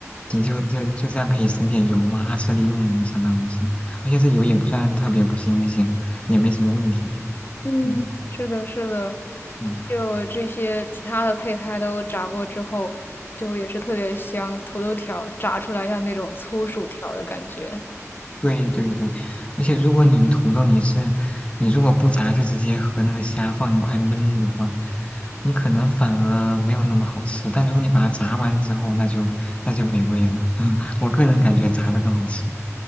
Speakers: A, on the left; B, on the left.
A: 你就就就这样可以省点油嘛，二次利用相当于是，而且这油也不算特别不新鲜，也没什么问题，
B: 嗯，
A: 嗯
B: 是的，是的，
A: 嗯。嗯
B: 就这些其他的配菜都炸过之后，就也是特别香。土豆条炸出来像那种粗薯条的感觉。
A: 对对对，而且如果你土豆你是，你如果不炸就直接和那个虾放一块焖的话，你可能反而没有那么好吃。但如果你把它炸完之后，那就那就美味了。<laughs> 我个人感觉炸的更好吃。